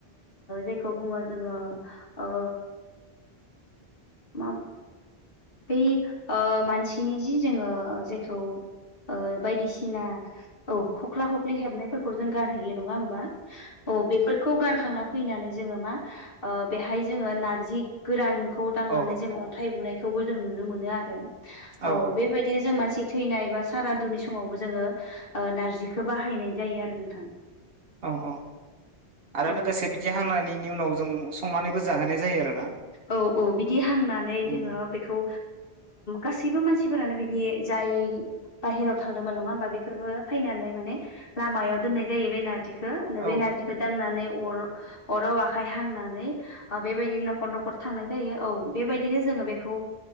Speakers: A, on the left; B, on the right.
A: जेखौ बुंङो जोंङो ओ मा बे मानसिनि जि जोंङो जायखौ बायदि बायदिसिना औ खख्ला खख्लि हेबनायफोरखौ जों गारहैयो नंङा होनबा औ बे गारखांना फैनानै जोंङो मा बेहाय जोङो नारजि गोरानखौ नांनानै
B: औ
A: जों अन्थाइ बुनायखौबो जों नुनो मोनो आरो बेबायदि
B: औ
A: बिदिनो जों मानसि थैनाय बा सारादुनि समावबो जोंङो नारजिखौ बाहायनाय जायो आरो नोंथां
B: औ औ आरो
A: औ
B: लोगोसे बिदि हांनि उनाव जों संनानैबो जाहोनाय जायो आरोना
A: औ औ बिदि हांनानै
B: उम
A: जोंङो बे खौ गासैबो मानसिफोरानो बिदि जाय बाहहेराव थांदोंमोन नङा होमबा बेफोरबो फैनानै माने लामायाव दोननाय जायो बेनारजिखौ
B: औ
A: बे नारजि दांनानै अर अराव आखाइ हांनानै बेबायदिनो न'खर न'खर थांनाय जायो औ बेबायदिनो जोङो बेखौ